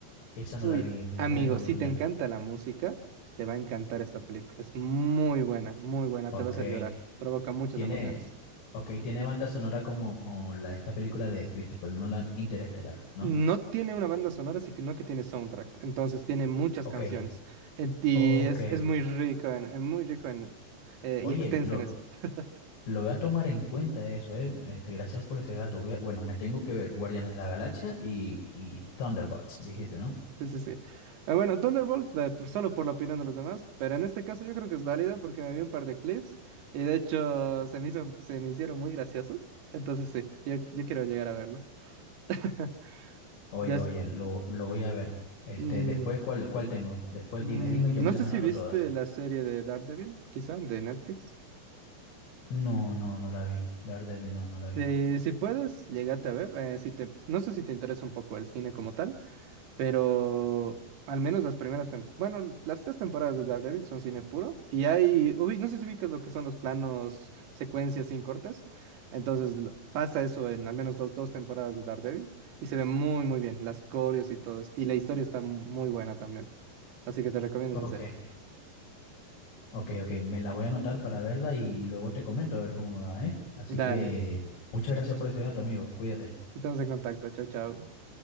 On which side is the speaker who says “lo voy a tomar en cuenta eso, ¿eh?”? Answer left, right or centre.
Left